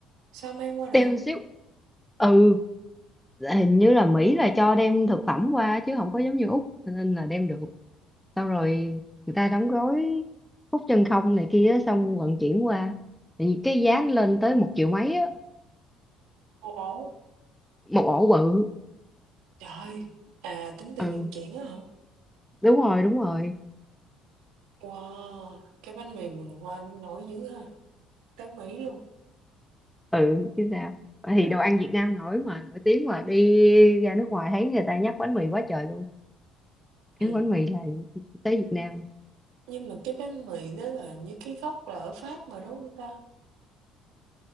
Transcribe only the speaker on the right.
Sao mang qua được?
Một ổ?
Trời! À, tính tiền
vận chuyển á hả?
Wow, cái bánh mì Quỳnh Hoa nó nổi dữ ha, tới Mỹ luôn.
<laughs>
Ừm,
nhưng mà cái bánh mì đó là như cái gốc là ở Pháp mà đúng không ta?